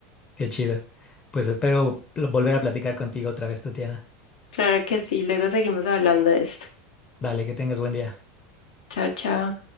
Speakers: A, on the left (about 30°); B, on the left (about 80°).
A: Qué chido. Pues espero pl- volver a platicar contigo otra vez, Tatiana.
B: Claro que sí, luego seguimos hablando de esto.
A: Dale, que tengas buen día.
B: Chao, chao.